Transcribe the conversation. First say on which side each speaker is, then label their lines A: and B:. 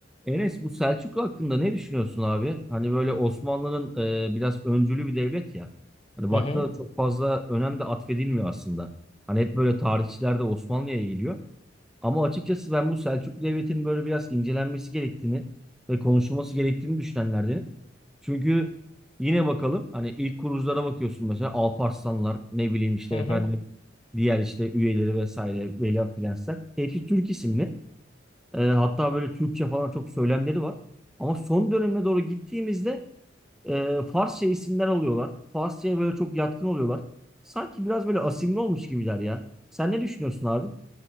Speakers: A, in the centre; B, on the left.
A: Enes bu Selçuklu hakkında ne düşünüyorsun abi? Hani böyle Osmanlı'nın e, biraz öncülü bir devlet ya. Hani
B: Hı
A: baktığında
B: hı.
A: da çok fazla önem de atfedilmiyor aslında. Hani hep böyle tarihçiler de Osmanlı'ya eğiliyor. Ama açıkçası ben bu Selçuklu devletinin böyle biraz incelenmesi gerektiğini ve konuşulması gerektiğini düşünenlerdenim. Çünkü yine bakalım hani ilk kuruluşlara bakıyorsun mesela Alparslanlar ne bileyim işte
B: Hı
A: efendim
B: hı.
A: diğer işte üyeleri vesaire Veliaht Prensler. Hepsi Türk isimli. E, hatta böyle Türkçe falan çok söylemleri var. Ama son döneme doğru gittiğimizde e, Farsça isimler alıyorlar. Farsça'ya böyle çok yatkın oluyorlar. Sanki biraz böyle asimli olmuş gibiler ya. Sen ne düşünüyorsun abi?